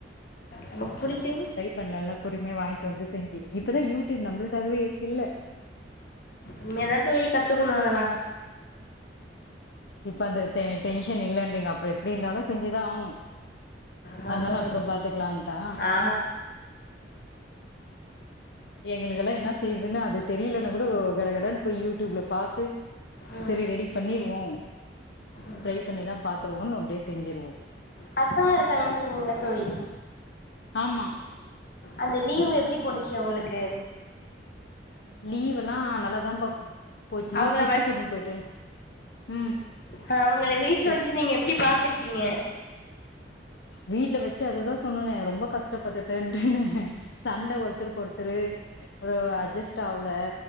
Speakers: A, on the left (about 55°); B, on the left (about 75°).
A: நமக் புடிச்சது
B: பண்லாலா பொருமியா வாங்கிட்டு வந்து செஞ்சு இப்பதா யூடியூப் நம்ளுக்காகவே இருக்கு இல்ல
A: இன்மே தா தோழி கத்துக்குணு அதல்லா
B: இப்ப அந்த டெ டென்ஷன் இல்லன்றிங்க அப்றோ எப்டி இர்ந்தாலு செஞ்சுதா ஆகணு
A: ஆமா
B: அத்னால
A: தோழி
B: அப்ற பாத்துக்லான்ட்டா
A: ஆ
B: எங்களுக்கெல்லா இன்ன செய்றதுனு அது தெரிலனாகுடோ கடகடன் போய் யூடியூப்ல பாத்து
A: ம்
B: செரி ரெடி பண்ணிருவோ
A: ம்
B: ட்ரை பண்ணிதா பாத்ருவோன்னு அப்டியே செஞ்சிருவோ
A: பசங்க இருக்காங்கன் சொன்னிங்ள தோழி
B: ஆம்மா
A: அந்த லீவு எப்டி போனுச்சு அவுங்களுக்கு
B: லீவுல்லா நல்லாதா பா போச்சு
A: அவங்கள
B: ட்ரிப்பு
A: வ
B: கூட்னு போய்ட்டு ம்
A: ஆ அவங்கள வீட்ல
B: சரி.
A: வெச்சிட்டு நீங்க எப்டி பாத்துக்கிட்டிங்க
B: வீட்ல வெச்சு அததா சொன்னனே ரொம்ப கஷ்டப்பட்டுட்டேன்டுன்னு சண்ட ஒர்த்தருக்கு ஒர்த்தரு ஒரு அட்ஜஸ்ட் ஆவுல